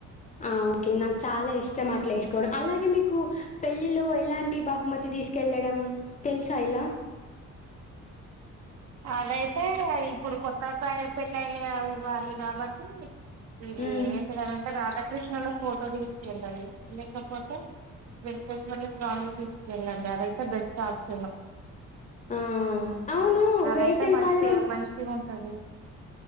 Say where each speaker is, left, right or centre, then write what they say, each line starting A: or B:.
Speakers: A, on the left (about 25°); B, on the right (about 60°).
A: ఆ ఓకే నాకు చాలా ఇష్టం అట్లా వేసుకోవడం అలాగే మీకు పెళ్ళిలో ఎలాంటి బహుమతి తీసుకెళ్ డం తెలుసా ఇలా
B: అదయితే ఇప్పుడు కొత్త అబ్బయి పెళ్ళయ్య వాళ్ళు కాబట్టి ఇది
A: ఉమ్
B: ఏంటిదనింటే రాధాకృష్ణ ల ఫోటో తీసుకెళ్ళండి లెక్క పొతే వెంకటేశ్వర స్వామి ది తీసుకెళ్ళండి అదైతే బెస్ట్ ఆప్షను
A: ఆ అవును
B: అదయితే
A: వేసవి
B: మంచి
A: కాలంలో
B: మంచిగా ఉంటది